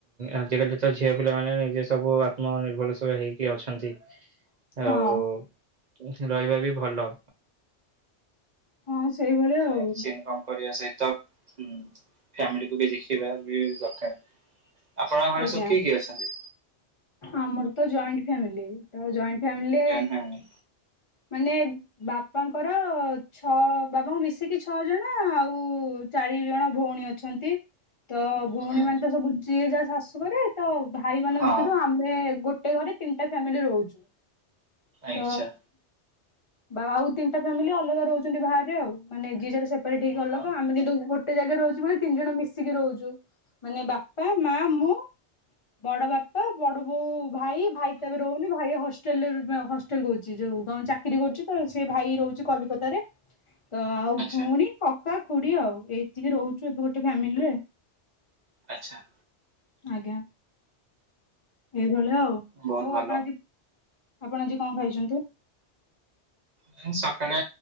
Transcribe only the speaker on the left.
ହଁ
ହଁ ସେଇଭଳିଆ
ଆଉ
ଆଜ୍ଞା
ଆମର ତ ଜଏଣ୍ଟ ଫ୍ୟାମିଲି ତ ଜଏଣ୍ଟ ଫ୍ୟାମିଲି
ମାନେ ବାପାଙ୍କର ଛଅ ବାପାଙ୍କୁ ମିଶିକି ଛଅ ଜଣ ଆଉ ଚାରି ଜଣ ଭୋ ପୁଣି ଅଛନ୍ତି। ତ ଭଉଣୀ
ମାନେ ତ ସବୁ ଯିଏ ଯା ଶାଶୁ ଘରେ ତ ଭାଇ ମାନଙ୍କ
ଭିତରୁ ଆମେ ଗୋଟେ ଗୋଟେ ଘରେ ତିନିଟା ଫ୍ୟାମିଲି ରହୁଛୁ। ତ
ବା ଆଉ ତିନିଟା ଫ୍ୟାମିଲି ଅଲଗା ରହୁଛନ୍ତି ବାହ ଆଉ ମାନେ ଜେ ଜାର ସେପରେଟ
ଅଲଗା। ଆମେ କିନ୍ତୁ ଗୋଟେ ଜାଗାରେ ରହୁଛୁ ବୋଲି ତିନି ଜଣ ମିଶିକି ରହୁଛୁ। ମାନେ ବାପା ମା ମୁଁ ବଡ ବାପା ବଡ ବୋଉ ଭାଇ ଭାଇ ତ ଏବେ ରହୁନି ଭାଇ ହଷ୍ଟେଲ ହଷ୍ଟେଲ କହୁଛି ଯୋଉ ଚା କିରି କରୁଛି ତ ସେ ଭାଇ ରହୁଛି କଲିକତାରେ ତ ଆଉ
ଭଉଣୀ କକା ଖୁ କୁଡି ଆଉ ଏତିକି ରହୁଛୁ ଏବେ ଗୋଟେ ଫାମିଲିରେ।
ଆଜ୍ଞା ଏଇଭଳିଆ ଆଉ
ଆଉ
ଆପଣ ଆଜି ଆପଣ ଆଜି କଣ ଖାଇଛନ୍ତି?